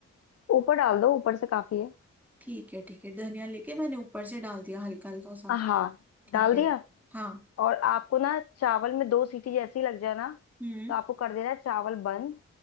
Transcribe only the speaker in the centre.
ठीक है ठीक है धनिया लेके मैंने ऊपर से डाल दिया हल्का हल्का सा
ठीक
है
हाँ
हम्म